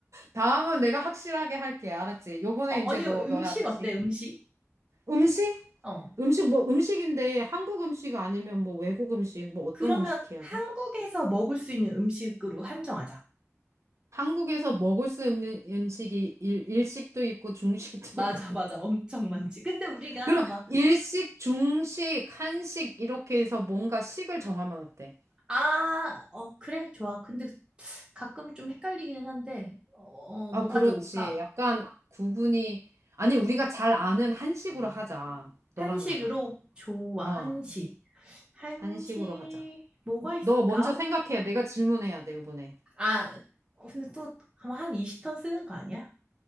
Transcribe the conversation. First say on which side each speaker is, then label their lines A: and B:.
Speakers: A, on the right (about 65°); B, on the right (about 20°).
A: 다음은 내가 확실하게 할게. 알았지? 요번에
B: 어,
A: 이제
B: 언니
A: 너,
B: 음식
A: 너야, 다시.
B: 어때? 음식?
A: 음식?
B: 어.
A: 음식 뭐 음식인데 한국 음식 아니면 뭐 외국 음식 뭐 어떤
B: 그러면
A: 음식 해야
B: 한국에서
A: 돼?
B: 먹을 수 있는 음식으로 한정하자.
A: 한국에서 먹을 수 있는 음식이 일, 일식도 있고 중식도
B: 맞아,
A: <laughs> 있고
B: 맞아. 엄청 많지. 근데 우리가
A: 그러면
B: 막,
A: 일식, 중식, 한식 이렇게 해서 뭔가 식을 정하면 어때?
B: 아, 어, 그래, 좋아. 근데 가끔 좀 헷갈리기는 한데, 어, 어,
A: 아,
B: 뭐가
A: 그렇지.
B: 좋을까?
A: 약간 구분이 아니 우리가 잘 아는 한식으로 하자. 너랑
B: 한식으로?
A: 나랑.
B: 좋아,
A: 어,
B: 한식. 한식,
A: 한식으로 하자.
B: 뭐가 있을까?
A: 너 먼저 생각해. 내가 질문해야 돼, 이번에.
B: 아, 어, 근데 또, 아마 한 20턴 쓰는 거 아니야?